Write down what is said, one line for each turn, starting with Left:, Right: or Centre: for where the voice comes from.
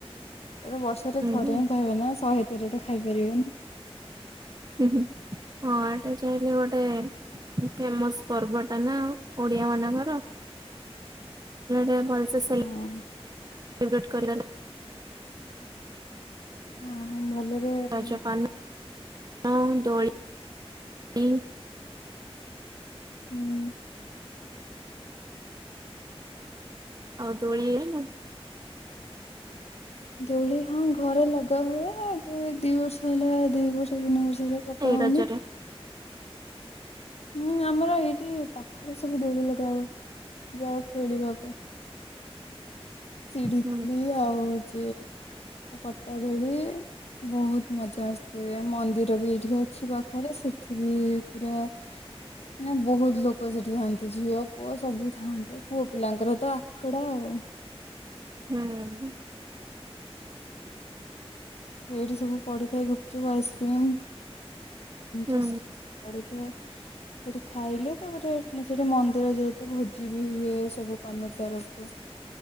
Left: ଏ ବର୍ଷରେ ଥରେ
Right: ହୁଁ
Left: ହିଁ ଖାଇବେ ନା ଶହେ ଥରେ ତ ଖାଇପାରିବେନି।
Right: ହୁଁହୁଁ ହଁ ଏଇଟା ଚାହିଁଲେ ଗୋଟେ ଫେମସ ପର୍ବ ଟା ନା ଓଡିଆ ମାନଙ୍କର ସେ ଭଲ ସୋସିଆଲ୍
Left: ହଁ
Right: ଇନ୍‌ଭେଟ୍ କରିବା ନା।
Left: ହ ହଁ ଭଲରେ। ହୁଁ
Right: ରଜ ପାନ ହଁ ଦୋଳି।
Left: ହୁଁ।
Right: ଆଉ ଦୋଳି ଇଏ ନାଇଁ
Left: ଦୋଳି ହଁ ଘରେ ଲଗା ହୁଏ ଏ ଦି ବର୍ଷ ହେଲା ଦି ବର୍ଷ ତିନି ବର୍ଷ ହେଲା ଲଗାହଉନି।
Right: ଏଇ ରଜରେ
Left: ହୁଁ ଆମର ଏଇଠି ପାଖରେ ସବୁ ଦୋଳି ଲଗାହୁଏ ଯାଉ ଖେଳିବାକୁ। ସିଢି
Right: ହୁଁ
Left: ଦୋଳି ଆଉ ହଉଚି ପଟା ଦୋଳି। ବହୁତ ମଜା ଆସିଥାଏ ମନ୍ଦିର ବି ଏଇଠି ଅଛି ପାଖରେ ସେଠି ବି ପୁରା ମାନେ ବହୁତ ଲୋକ ସେଠି ଥାଆନ୍ତି ଝିଅ ପୁଅ ସବୁ ଥାଆନ୍ତେ ପୁଅ ପିଲାଙ୍କର ତ ଆଖଡ଼ା ଆଉ।
Right: ହୁଁ।
Left: ସେଇଠି ସବୁ ପଡିଥାଏ ଗୁପଚୁପ ଆଇସ୍କ୍ରିମ୍
Right: ହୁଁ
Left: ଚୁସ୍ ପଡ଼ିିଥାଏ। ସେଠି ଖାଇଲେ ତାପରେ ସେଠି ମନ୍ଦିର ଯେହେତୁ ଭୋଜି ବି ହୁଏ ସବୁ କମିଟି ତରଫରୁ